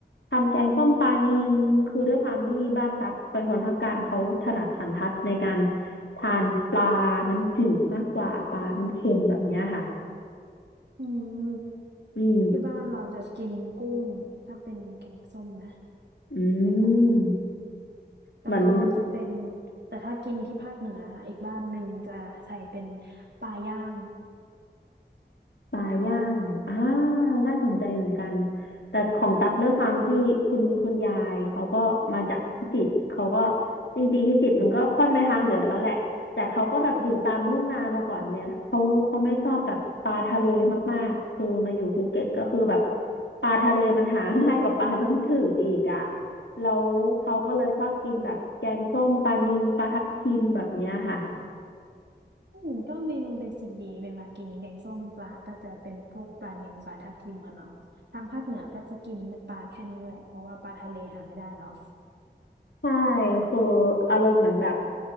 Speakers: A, on the left; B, on the right.
A: ทำแกงส้มปลานิลคือด้วยความที่บ้านตั๊กเป็นคนภาคกลางเขาถนัดสันทัดในการทานปลาน้ำจืดมากกว่าปลาน้ำเค็มแบบเนี้ยค่ะ
B: อืม
A: อืม
B: ที่บ้านเราจะกินกุ้งถ้าเป็นแกงส้มนะ
A: อื
B: ใส่กุ้ง
A: ม
B: แล้วก็จะเป็น
A: เหมือน
B: แต่ถ้ากินที่ภาคเหนืออีกบ้านหนึ่งจะใส่เป็นปลาย่าง
A: ปลาย่างอ่า
B: ปลาทอด
A: น่าสนใจเหมือนกันแต่ของตักด้วยความที่คุณคุณยายเขาก็มาจากพิจิตรเขาก็จริงๆพิจิตรมันก็ค่อนไปทางเหนือแล้วแหละแต่เขาก็แบบอยู่ตามทุ่งนามาก่อนไงเขาเขาไม่ชอบแบบปลาทะเลมากๆคือมาอยู่ภูเก็ตก็คือแบบปลาทะเลมันหาง่ายกว่าปลาน้ำจืดอีกอ่ะแล้วเขาก็เลยชอบกินแบบแกงส้มปลานิลปลาทับทิมแบบเนี้ยค่ะ
B: อืมก็เมนูเบสิกดีเวลากินแกงส้มปลาก็จะเป็นพวกปลานิลปลาทับทิมอะเนาะทางภาคเหนือก็จะกินเป็นปลาแค่นี้แหละเพราะว่าปลาทะเลหาไม่ได้เนาะ
A: ใช่คืออารมณ์เหมือนแบบ